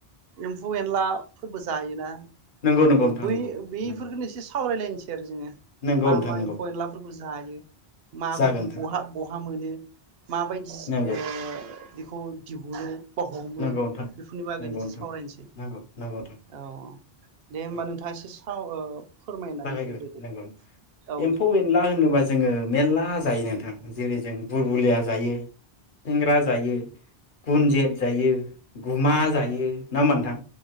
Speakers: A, on the right (about 70°); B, on the left (about 55°).
A: एम्फु एनला फोरबो जायोना।
B: नंगौ नंगौ
A: औ
B: नोंथां
A: बै
B: नंगौ
A: बेफोरखौनो
B: नंगौ
A: एसे सावरायलायनो से जिनो
B: नंगौ
A: मा
B: नोंथां
A: मा
B: नंगौ
A: एम्फौ एनलाफोरखौ जायो। माबोयदि
B: जागोन नोंथां
A: बहा बहा मोनो माबायदि
B: नंगौ
A: ओ बिखौ दिहुरो हमो
B: नंगौ नोंथां
A: बेफोरनि बागैनो
B: नंगौ
A: एसे
B: नोंथां
A: सावरायनोसै
B: नंगौ नंगौ नोंथां
A: औ दे होमबा
B: औ
A: नोंथाङा एसे। <unintelligible>
B: जागायग्रो
A: होग्रोदो
B: नोंगौ
A: औ
B: एम्फौ एनला होनोबा जोङो मेर्ला जायो नोंथां जेरै जों बुरबुलिया जायो खुसेंग्रा जायो गुनजेत जायो। गुमा
A: औ
B: जायो। ना मो नोंथां